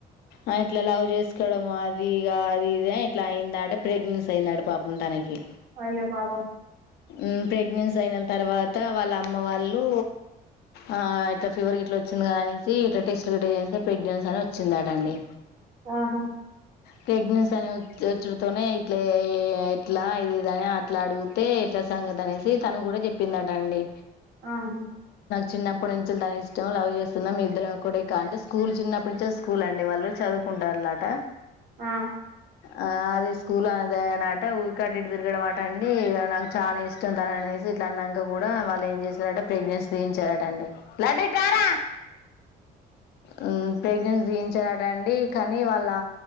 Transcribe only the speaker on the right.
అయ్యో పాపం
ఆహా
ఆహా
ఆ